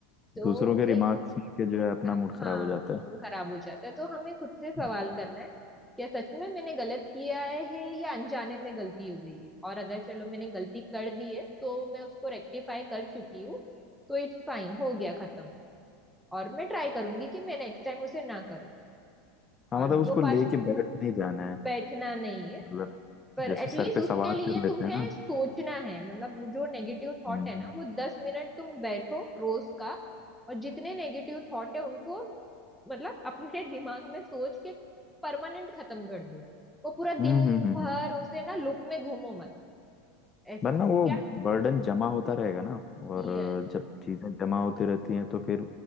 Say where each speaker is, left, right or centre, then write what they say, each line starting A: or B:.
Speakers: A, in the centre; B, on the left (about 20°).
A: तो
B: दूसरों के
A: वही
B: रिमार्क सुन के जो है अपना
A: हाँ
B: मूड खराब हो जाता है
A: मूड खराब हो जाता है तो हमें खुद से सवाल
B: हम्म
A: करना है क्या सच में मैंने गलत किया है या अनजाने में गलती हो गई है और अगर चलो मैंने गलती कर दी है तो मैं उसको रेक्टिफाई कर चुकी हूँ तो इट्स फाइन हो गया खत्म और मैं ट्राई करूंगी कि मैं नेक्स्ट टाइम उसे ना करूँ और
B: हाँ मतलब उसको
A: दो
B: लेके
A: पास
B: बैठ नहीं जाना है
A: बैठना नहीं है
B: मतलब
A: पर
B: जैसे
A: एटलीस्ट
B: सर पे
A: उसके
B: सवार
A: लिए
B: कर लेते
A: तुम्हें
B: हैं ना
A: सोचना है मतलब वो जो नेगेटिव थॉट
B: हम्म
A: है ना वो दस मिनट तुम बैठो रोज का और जितने नेगेटिव थॉट है उनको मतलब अपने दिमाग में सोच के परमानेंट खत्म कर दो वो पूरा
B: हम्म
A: दिन
B: हम्म हम्म
A: भर
B: हम्म।
A: उसे ना लूप में घूमो मत ऐसा
B: वरना वो
A: क्या
B: बर्डन जमा होता रहेगा ना और
A: यस
B: जब चीजें जमा होती रहती हैं तो फिर